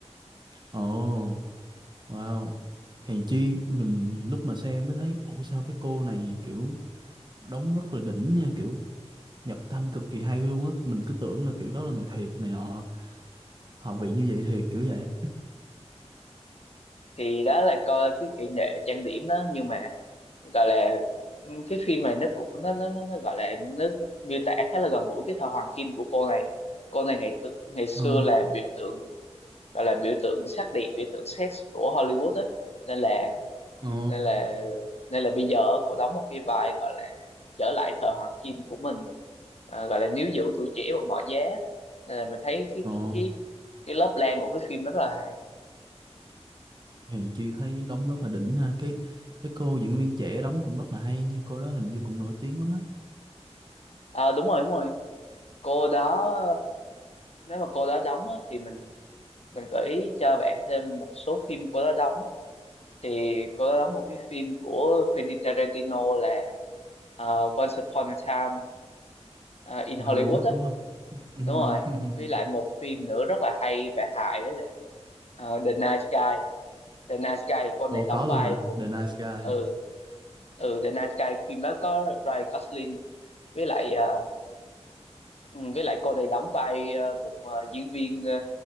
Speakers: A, on the right (about 40°); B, on the left (about 65°).
A: ồ oh, wow hèn chi mình lúc mà xem mới thấy ủa sao cái cô này kiểu đóng rất là đỉnh nha kiểu nhập tâm cực kỳ hay luôn á mình cứ tưởng là kiểu đó là người thiệt này nọ họ bị như vậy thiệt kiểu vậy
B: thì đó là coi cái kỹ nghệ trang điểm đó nhưng mà gọi là ừ, cái phim này nó cũng nó nó nó, nó gọi là nó miêu tả khá là gần gũi cái thời hoàng kim của cô này cô này ngày tự- ngày xưa
A: ờ
B: là biểu tượng gọi là biểu tượng sắc đẹp biểu tượng sex của Hollywood á nên là
A: ờ
B: nên là nên là bây giờ cô đóng một cái vai gọi là trở lại thời hoàng kim của mình à, gọi là níu giữ tuổi trẻ bằng mọi giá nên là mình thấy cái
A: ờ
B: cái cái cái lớp lang của cái phim rất là hay
A: thì chị thấy đóng rất là đỉnh ha cái cái cô diễn viên trẻ đóng cũng rất là hay nha cô đó hình như cũng nổi tiếng lắm á
B: à, đúng rồi đúng rồi cô đó nếu mà cô đó đóng á, thì mình mình gợi ý cho bạn thêm một số phim cô đó đóng thì cô đó đóng một cái phim của Quentin Tarantino là à, Once Upon a Time à, in
A: in
B: Hollywood
A: Hollywood
B: á
A: đúng không Ừm.
B: đúng rồi
A: <laughs>
B: với lại một phim nữa rất là hay về hài đó là ờ, The Night Sky The Night Sky cô này
A: ủa
B: đóng
A: có
B: vai
A: luôn hả
B: một
A: The Nice Guy hả
B: ừ ừ The Night Sky phim đó có Ryan Gosling với lại ờ, ừ, với lại cô này đóng vai ờ, một ờ, diễn viên ờ,